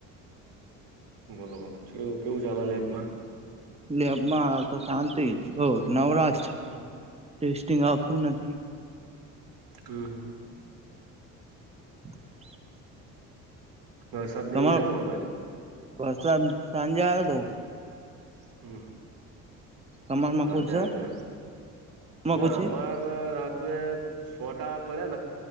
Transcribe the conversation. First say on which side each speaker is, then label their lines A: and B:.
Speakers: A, on the right (about 60°); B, on the right (about 15°).
A: બોલો બોલો કેું કેવું ચલા લેબમા
B: લેબમાં તો શાંતિ જ, બહુ નવરાશ.
A: હમ
B: ટેસ્ટિંગ આવતું નથી
A: હમ્મ
B: <inaudible>
A: હ સદન
B: તમારો
A: એવું છે તમારી બાજુ
B: વરસાદ સાંજે આવ્યો હતો.
A: હમ
B: તમારમાં
A: સાંજે
B: કુછ છે
A: આ તો
B: તમાર
A: ના
B: કુછ છે
A: અમારે રાત્રે સોટા પડ્યા